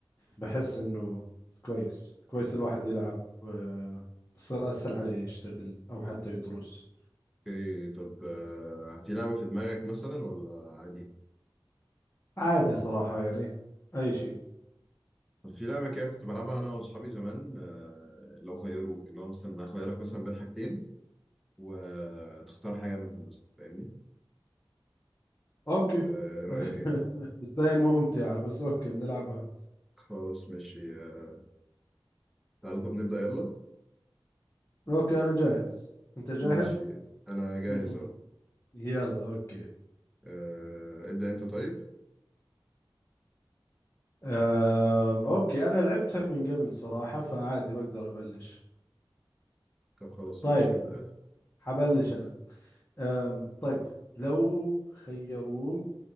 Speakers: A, on the left; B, in the centre.
A: بحس انه كويس كويس الواحد يلعب آه، صار اسهل عليه يشتغل او حتى يدرس
B: اوكي طب آه، في لعبه في دماغك مثلا ولا عادي
A: عادي صراحه يعني اي شيء
B: طب في لعبه كده كنت بلعبها انا واصحابي زمان آه، لو خيروك اللي هو مثلا اخيرك مثلا بين حاجتين وتختار حاجه منهم مثلا فاهمني
A: اوكي
B: آه، ايه رايك
A: <laughs>
B: ايه
A: بتبين ممتعه بس اوكي بنلعبها
B: خلاص ماشي آه، تعالى طب نبدا يلا
A: اوكي انا جاهز انت جاهز
B: ماشي انا جاهز
A: <laughs>
B: اه
A: يلا اوكي
B: آه، ابدا انت طيب
A: أم، اوكي انا لعبتها من قبل صراحة فعادي بقدر ابلش
B: طب خلاص
A: طيب
B: ماشي ابدا
A: حبلش انا أم، طيب لو خيروك